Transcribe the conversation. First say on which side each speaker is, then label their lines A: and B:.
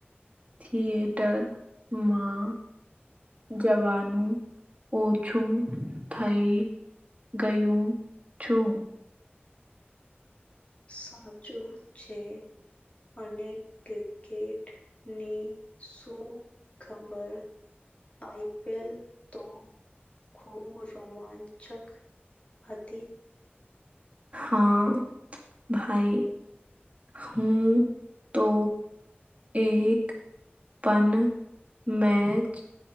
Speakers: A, on the right; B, on the left.
A: થિયેટરમાં જવાનું ઓછું થઈ ગયું છું.
B: સાચ્ચું છે. અને ક્રિકેટની શું ખબર આઈ પી એલ તો ખૂબ રોમાંચક હતી.
A: હા, ભાઈ હું તો એક પન મેચ